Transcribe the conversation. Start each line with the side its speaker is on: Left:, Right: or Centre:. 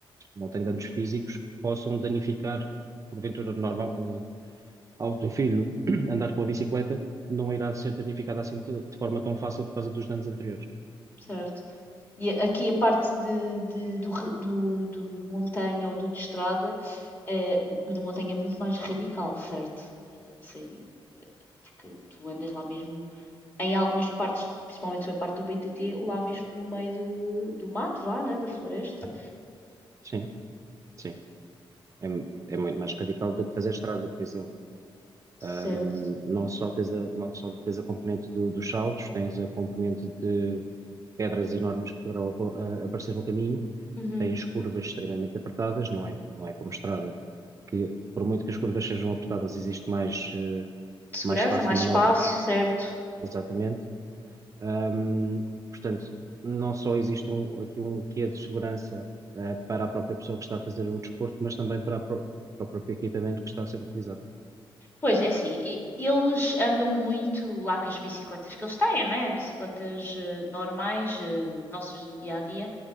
Right: não tem danos físicos que possam danificar, porventura, normal, eh, ao teu filho <clears throat> andar com a bicicleta, não irá ser danificado assim de, de forma tão fácil por causa dos danos anteriores.
Left: certo. E a- aqui a parte de, de- do, re- do, do montanha ou do de estrada, eh, o, o de montanha é muito mais radical, certo? Eh, sei- porque tu andas lá mesmo, em algumas partes, principalmente a parte do BTT, lá mesmo no meio de- do mato, vá, né? Da floresta.
Right: Sim, sim. É, é muito mais radical do que fazer estrada, por exemplo.
Left: Certo.
Right: Ahm, não só tens a, não só tens a componente do- dos saltos, tens a componente de pedras enormes que poderão aco- a- aparecer no caminho,
Left: Uhum.
Right: tens curvas extremamente apertadas, não é, não é como estrada, que por muito que as curvas sejam apertadas, existe mais, eh,
Left: Segurança,
Right: mais espaço
Left: mais
Right: de manobra,
Left: espaço, certo.
Right: exatamente. Ahm, portanto, não só existe um- aqui um quê de segurança eh, para a própria pessoa que está a fazer o desporto, mas também para, a pró- para o próprio equipamento que está a ser utilizado.
Left: Pois é assim, e- eles andam muito lá com as bicicletas que eles têm, não é? Bicicletas eh, normais, eh, nossas do dia a dia.